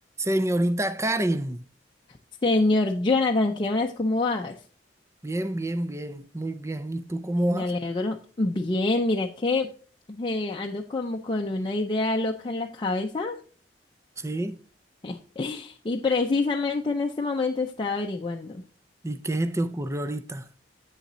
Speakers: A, on the right; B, on the left.
A: Señorita Karen,
B: Señor Jonathan, ¿qué más? ¿Cómo vas?
A: bien, bien, bien, muy bien. ¿Y tú cómo
B: Ay, me
A: vas?
B: alegro. Bien, mira que eh, ando como con una idea loca en la cabeza
A: ¿Sí?
B: <laughs> y precisamente en este momento estaba averiguando.
A: ¿Y qué se te ocurrió ahorita?